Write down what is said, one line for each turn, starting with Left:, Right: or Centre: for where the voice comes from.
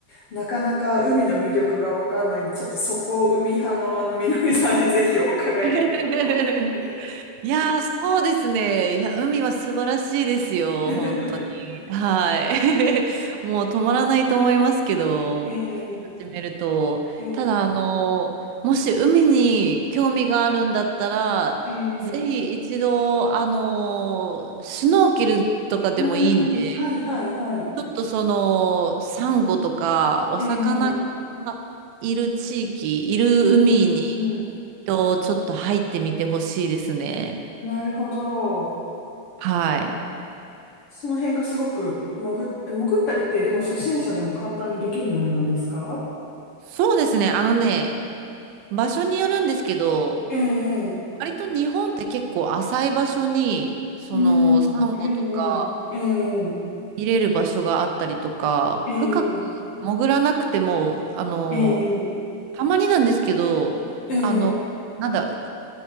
Left: なかなか海の魅力がわかんないんで、ちょっとそこを海派のあの、みのりさんにぜひお伺いできたらと思って。
Right: <laughs> いやー、そうですね。いや、海は素晴らしいですよ、
Left: <laughs>
Right: 本当に。はい。<laughs> もう止まらないと思いますけど、
Left: えー、
Right: 始めると。
Left: えー、
Right: ただ、あの、もし海に興味があるんだったら、
Left: えー、
Right: ぜひ一度、あの、シュノーケルとかでもいいんで、
Left: うん、はいはいはい。
Right: ちょっとその、サンゴとか、お魚がいる地域、
Left: えー、
Right: いる海に、
Left: うん、
Right: と、ちょっと入ってみてほしいですね。
Left: なるほど。
Right: はい。
Left: その辺がすごく潜っ、潜ったりって、でも初心者でも簡単にできるものなんですか
Right: そうですね。あのね、場所によるんですけど、
Left: ええ、
Right: 割と日本って結構浅い場所に、その、
Left: うー
Right: サンゴとか
Left: ん。ええ、ええ、
Right: 見れる場所があったりとか、
Left: ええ、
Right: 深く潜らなくても、あの、
Left: ええ、
Right: たまになんですけど、
Left: ええ、
Right: あの、なんだ、う